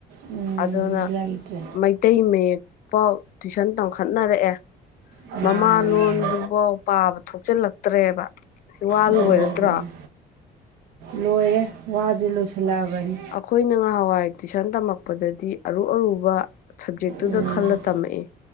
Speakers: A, on the right; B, on the left.
A: ꯎꯝ,
B: ꯑꯗꯨꯅ
A: ꯂꯩꯇ꯭ꯔꯦ
B: ꯃꯩꯇꯩ ꯃꯌꯦꯛꯄꯥꯎ ꯇꯨꯏꯁꯟ ꯇꯧꯈꯠꯅꯔꯛꯑꯦ
A: ꯃꯥꯅꯤ
B: ꯃꯃꯥ
A: ꯃꯥꯅꯤ
B: ꯂꯣꯟꯗꯨꯕꯥꯎ ꯄꯥꯕ ꯊꯣꯛꯆꯜꯂꯛꯇ꯭ꯔꯦꯕ ꯁꯤ ꯋꯥ
A: ꯑꯗꯨꯅꯤ
B: ꯂꯣꯏꯔꯗ꯭ꯔꫭ
A: ꯑꯗꯨꯅꯤ ꯂꯣꯏꯔꯦ ꯋꯥꯖꯦ ꯂꯣꯏꯁꯜꯂꯛꯑꯕꯅꯤ
B: ꯑꯈꯣꯏꯅ ꯉꯍꯥꯟꯋꯥꯏ ꯇꯨꯏꯁꯟ ꯇꯝꯃꯛꯄꯗꯗꯤ ꯑꯔꯨ ꯑꯔꯨꯕ ꯁꯕꯖꯦꯛꯇꯨꯗ
A: ꯎꯝ,
B: ꯈꯜꯂ ꯇꯝꯃꯛꯑꯦ